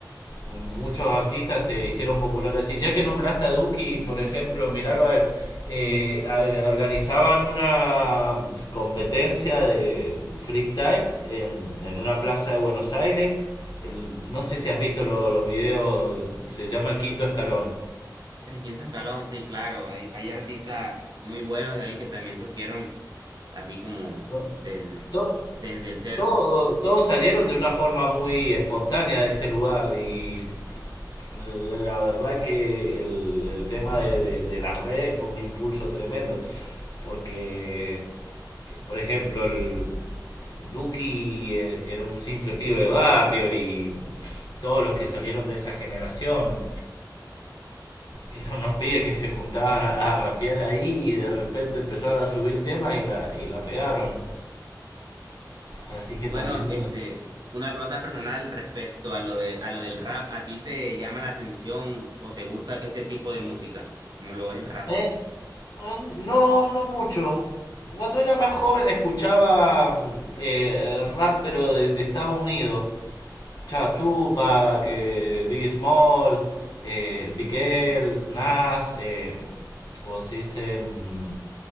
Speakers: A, on the left; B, on the right.
A: muchos artistas se hicieron populares así. Ya que nombraste a Duki, por ejemplo, miralo a él, eh, a- organizaban una competencia de freestyle en, en una plaza de Buenos Aires. El- no sé si has visto lo- los videos, se llama El Quinto Escalón.
B: El quinto escalón, sí, claro, hay, hay artistas muy buenos de ahí que también surgieron así como
A: Bueno,
B: desde,
A: to-
B: desde el cero.
A: Todo, todos salieron de una forma muy espontánea de ese lugar y la, la verdad que el, el tema de, de- de las redes fue un impulso tremendo porque, por ejemplo, el Duki eh, era un simple pibe de barrio y todos los que salieron de esa generación eran unos pibes que se juntaban a, a rapear ahí y de repente empezaron a subir temas y la, y la pegaron. Así que
B: Bueno,
A: también
B: este, una pregunta personal respecto a lo de, a lo del rap. ¿A ti te llama la atención o te gusta ese tipo de música, como lo es el rap?
A: Eh, ah, no, no mucho. Cuando era más joven escuchaba mm, eh, rap, pero de, de Estados Unidos. Escuchaba Tupac, eh, Biggie Small, eh, Big L, Nas, eh, ¿cómo se dice? Mm,